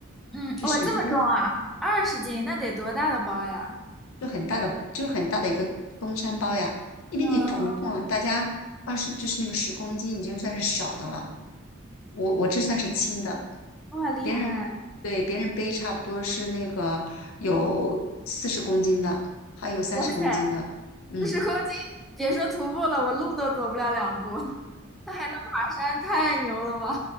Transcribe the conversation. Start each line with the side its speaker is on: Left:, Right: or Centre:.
Centre: 嗯，
Left: 就是如果
Centre: 哇，这么重啊，二十斤，那得多大的包呀？
Left: 就很大的，就是很大的一个登山包呀，因为你徒步啊，
Centre: 嗯，
Left: 大家二十就是那个十公斤已经算是少的了，我我这算是轻的，
Centre: 哇，厉害！
Left: 别人对别人背差不多是那个有四十公斤的，还有三十公斤的，
Centre: 哇塞，
Left: 嗯。
Centre: 四十公斤，别说徒步了，我路都走不了两步，<laughs> 那还能爬山，太牛了吧？